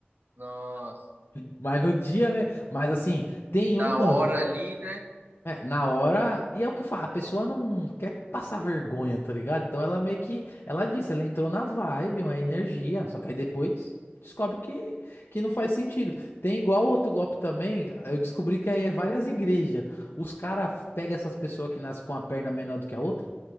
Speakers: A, on the right; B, on the left.
A: Nossa.
B: <laughs> Mas no dia, né? Mas assim, tem
A: Na
B: um, mano,
A: hora
B: que
A: ali, né?
B: é, na hora, e é o que eu falo, a pessoa não quer passar vergonha, tá ligado? Então ela meio que, ela disse, ela entrou na vibe, uma energia, só que aí depois descobre que, que não faz sentido. Tem igual outro golpe também, eu descobri que aí é várias igrejas. Os caras pegam essas pessoas que nascem com a perna menor do que a outra.